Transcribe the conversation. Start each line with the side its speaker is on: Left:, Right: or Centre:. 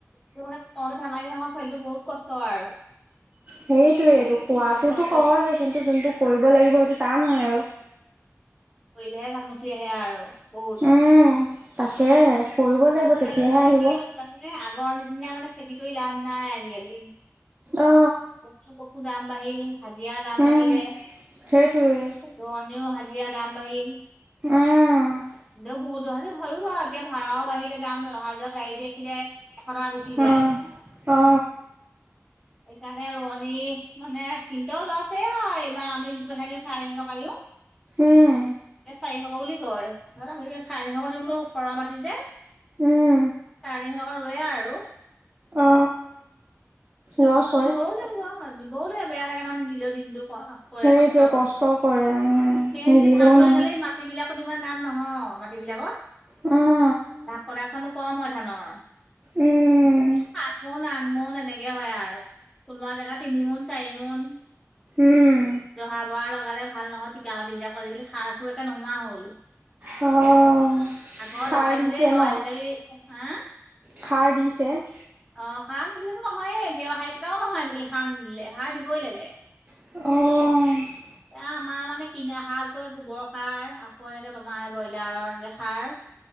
Centre: সেইটো মানে খোৱাতো ধেমালি নহয় সেইটো বহুত কষ্ট আৰু।
Right: সেইটোৱেই
Centre: বহুত
Right: খোৱাতো
Centre: কষ্ট
Right: সহজেই কিন্তু যোনটো কৰিব লাগিব সেইটো তান হয় আৰু।
Centre: কৰিলেহে ভাত মুঠি আহে আৰু বহুত।
Right: উম, তাকে কৰিব লাগিব
Centre: আজিকালি
Right: তেতিয়াহে
Centre: মানে
Right: আহিব।
Centre: কি আগৰ নিদিনা মানে খেতি কৰি লাভ নাই আজিকালি
Right: অ
Centre: দাম বাহিল হাজিৰা দাম
Right: উম।
Centre: বাঢ়িলে।
Right: সেইটোৱে
Centre: ৰোৱনি হাজিৰা দাম বাঢ়িল।
Right: উম
Centre: এও বহুতো হয়ও বাৰু এতিয়া ভাড়াও আহিলে দাম অহা যোৱা গাড়ী দেখিলে এশ টকা গুচি
Right: অ
Centre: যায়।
Right: অ
Centre: <inaudible> সেইকাৰণে ৰোৱনী মানে সিহণতৰো লচে হয় এইবাৰ আমি যিটো দিওঁ চাৰে তিনিশ টকা দিওঁ।
Right: উম
Centre: এ চাৰিশ বুলি কয় আমি চাৰিশ কে দিও বোলো সৰহ মাটি যে।
Right: উম
Centre: চাৰে তিনিশ টকা ৰুয়ে আৰু।
Right: অ লছ
Centre: অ',
Right: হয়।
Centre: দিবও লাগিব দিবওে বেয়া লাগে ন নিদিলেও দিনটো ক কৰে
Right: সেইটোৱে
Centre: কষ্ট
Right: কৰে উম,
Centre: সেই
Right: নিদিলেও
Centre: ধান পৰি
Right: নহয়
Centre: গালে মাত মাটিবিলাকত ইমান ধান নহয় মাটিবিলাকত।
Right: উম।
Centre: তাত প্ৰডাক্টচন কম হয় ধানৰ।
Right: উম,
Centre: সাত মোন আঠমোন এনেকে হয় আৰু। কোনোবা জেগাত তিনি মোন চাৰি মোন।
Right: উম,
Centre: জহা বৰা লগালে ভাল নহয় ঠিকা মাটিববিলাকত আজিকালি সাৰ সুৰ একে নোহোৱা হ'ল। <inaudible>
Right: অ'।
Centre: আগৰ
Right: সাৰ
Centre: লগাই
Right: দিছে
Centre: থ'লেই হয়
Right: ন?
Centre: আজিকালি হা?
Right: সাৰ দিছে অ',
Centre: অ', সাৰ নিদিলেতো নহয়ে এতিয়া সাৰ কেইটাও নহয় আজিকালি সাৰ নিদিলে সাৰ দিবই লাগে।
Right: অ'।
Centre: এ আমাৰ মানে কিনা সাৰ কৈ গোবৰ সাৰ আকৌ এনেকে তোমাৰ ব্ৰইলাৰৰ এনেকে সাৰ।